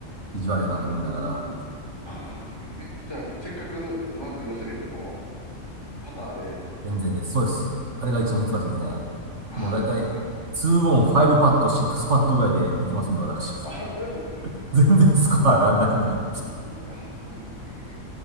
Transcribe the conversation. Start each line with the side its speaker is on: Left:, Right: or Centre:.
Right: 意地悪いなと思いながら。
Left: うーん。ああね。じゃあ、せっかくうまく寄せれても、パターで。
Right: 全然です。そうです。あれが一番難しいですね。
Left: うーん。まあ、
Right: もうだいたい2
Left: そうですか。
Right: オン、5パット、6パットぐらいでいきますんで、私。
Left: あ、<laughs>
Right: <laughs> 全然スコア上がんないみたいな。
Left: はい。うーん。ああ、そうなんですね。